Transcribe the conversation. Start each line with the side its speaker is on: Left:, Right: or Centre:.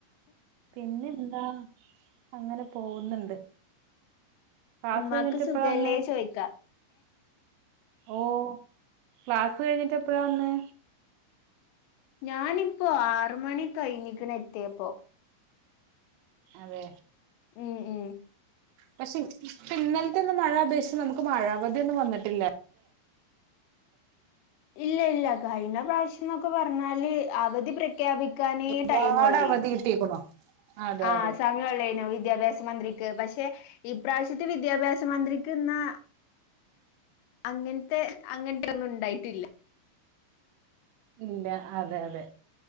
Right: പിന്നെന്താ അങ്ങനെ പോകുന്നുണ്ട് ക്ലാസ്
Left: ഉമ്മാക്ക്
Right: കഴിഞ്ഞിട്ട് ഇപ്പഴാ വന്നേ
Left: <unintelligible>
Right: ഓഹ് ക്ലാസ് കഴിഞ്ഞിട്ട് എപ്പഴാ വന്നെ
Left: ഞാനിപ്പോ ആറ് മണി കഴിഞ്ഞിക്ക്ണ് എത്തിയേപ്പോ
Right: അതെ
Left: ഉം ഉം
Right: പക്ഷെ പ്പ ഇന്നൽത്തേന്നും മഴ അപേക്ഷിച്ച് നമുക്ക് മഴ അവധിയൊന്നും വന്നിട്ടില്ല
Left: ഇല്ല ഇല്ല കഴിഞ്ഞ പ്രാവശ്യം എന്നൊക്കെ പറഞ്ഞാല് അവധി പ്ര ഖ്യാപിക്കാനെ
Right: ഒരുപാട്
Left: ടൈം ഒള്ളേനു
Right: അവധി കിട്ടിയേക്കണു അതെ
Left: ആഹ്
Right: അതെ
Left: സമയ ഒള്ളേനു വിദ്യാഭ്യാസ സ മന്ത്രിക്ക് പക്ഷെ ഇപ്രാവശ്യത്തെ വിദ്യാഭ്യാസ മന്ത്രിക്ക്ന്നാ അങ്ങൻത്തെ അങ്ങൻത്തെ ഒന്നും ഇണ്ടായിട്ടില്ല
Right: ഇല്ല അതെ അതെ